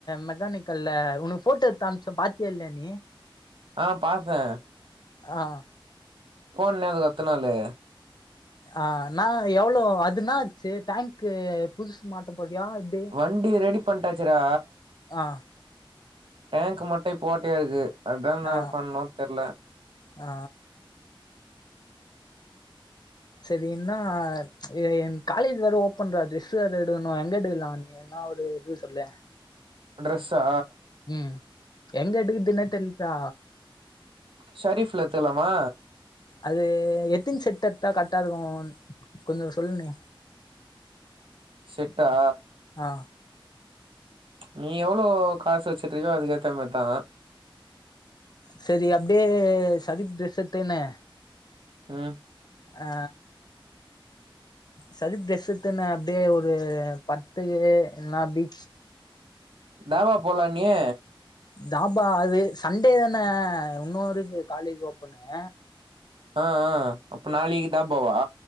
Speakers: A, on the left; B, on the right.
A: மெக்கானிக்கல்ல உனக்கு போட்டோ எட்த்து அமிச்சே பாத்தியா இல்லியா நீ
B: ஆ பாத்தே
A: ஆ
B: போன்னே அது எத்தன் நாளு
A: ஆ நா எவ்ளோ அதுனாச்சு டேங்க்கு புதுசு மாத்த போறியா எப்
B: வண்டி ரெடி பண்ட்டாச்சுரா
A: ஆ
B: டேங்கு மட்டு இப்ப ஓட்டையா இருக்கு அதா நா
A: ஆ
B: பண்ணு தெர்ல
A: ஆ சரி இன்னா எ என் காலேஜ் வேற ஓப்பன்றா ட்ரெஸ்ஸு வேற எடுக்கணு எங்க எடுக்கலா என்னா ஒரு இது சொல்லே
B: ட்ரெஸ்ஸா
A: ம் எங்க எடுக்குர்தினே தெர்லடா
B: ஷெரிஃப்ல எத்துக்கலாமா
A: அது எத்தின் செட் எட்தா கர்ட்டா இருக்கு கொஞ்சோ சொல்லுங் நீ
B: செட்டா
A: ஆ
B: நீ எவ்ளோ காசு வச்சிட்டுருக்கியோ அதுக்கேத்த மார்தா
A: சரி அப்டியே சதீஃப் ட்ரெஸ் எடுத்துக்குனு
B: ம்
A: ஆ சரீஃப் ட்ரெஸ் எத்துன்னா அப்டியே ஒரு பத்து இல்லனா அப்டி
B: தாவா போலான்யே
A: தாபா அது சண்டே தானே இன்னுருக்கு காலேஜ் ஓப்பனே
B: ஆ ஆ அப்ப நாளைக்கு தா போவா